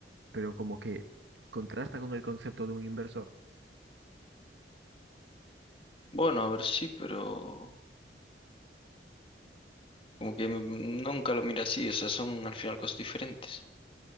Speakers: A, on the right; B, on the left.
A: pero como que contrasta con el concepto de un inversor?
B: Bueno, a ver, sí, pero Como que mm, nunca lo mira así, o sea, son al final cosas diferentes.